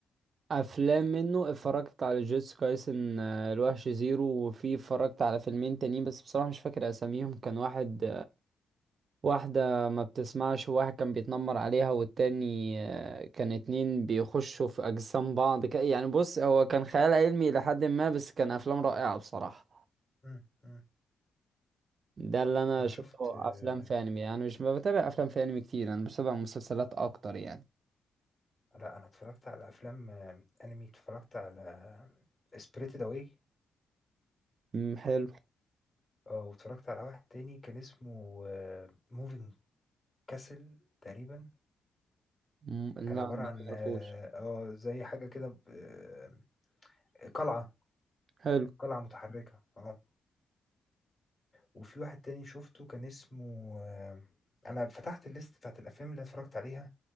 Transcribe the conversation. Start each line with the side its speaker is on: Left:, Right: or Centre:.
Right: افلام منه اتفرجت على جيتس كايسن آه، الوحش زيرو وفي اتفرجت على فيلمين تانيين بس بصراحة مش فاكر اساميهم كان واحد واحدة ما بتسمعش وواحد كان بيتنمر عليها والتاني آه، كان اتنين بيخشوا في أجسام بعض ك- يعني بص هو كان خيال علمي لحد ما بس كان أفلام رائعة بصراحة
Left: امم أمم.
Right: ده اللي أنا
Left: انا
Right: شفته
Left: شفت آه،
Right: أفلام في أنمي يعني مش ما بتابع أفلام في أنمي كتير أنا بتابع مسلسلات أكتر يعني
Left: لا انا اتفرجت على افلام آه، انمي اتفرجت على سبريتد اواي
Right: أمم، حلو
Left: اه واتفرجت على واحد تاني كان اسمه موفينج كاسل تقريبا
Right: أمم، لا
Left: كان عبارة
Right: ده ما
Left: عن
Right: اعرفوش
Left: اه آه، زي حاجة كده ب- آه، قلعة
Right: حلو
Left: قلعة متحركة اه وفي واحد تاني شفته كان اسمه آه، انا فتحت الليست بتاعت الافلام اللي اتفرجت عليها